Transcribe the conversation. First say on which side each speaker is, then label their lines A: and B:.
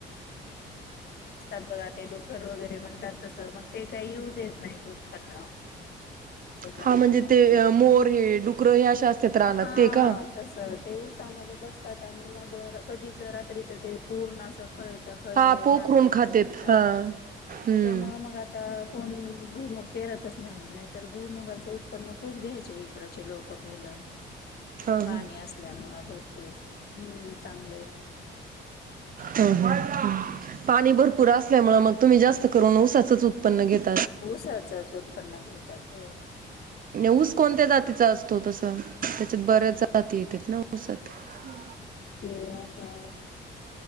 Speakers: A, on the left (about 55°); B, on the right (about 45°).
A: बघा ते डुकर वगैरे म्हणतात. तसं मग ते काही, येऊ देत नाहीत उत्पन्न त्याच्यामु
B: हा म्हणजे
A: मग ते
B: मोर हे डुकर हे अशा असतात रानात
A: हा
B: ते का?
A: तस ते ऊसामध्ये बसतात आणि मग कधीच, रात्रीच ते पूर्ण अस खळेच्या खळे,
B: हा पोखरून
A: नाचधूस
B: खातेत
A: करून टाकतात.
B: हा हम्म
A: त्याच्यामु मग आता कोण भुईमग पेरतच नाही, नाहीतर भुईमुगाच उत्पन्न खूप घ्यायचे इकडचे लोक पहिलं
B: हा हा.
A: पाणी असल्यामूळ, भरपूर हम् चांगलं
B: ह पाणी भरपूर असल्यामुळे, मग तुम्ही जास्त करून ऊसाचच उत्पन्न घेत
A: ऊसाचच उत्पन्न घेतात हो.
B: ऊस कोणत्या जातीचा असतो तस, त्याच्यात बऱ्याच जाती येतात ना ऊसात हम्
A: ते आता.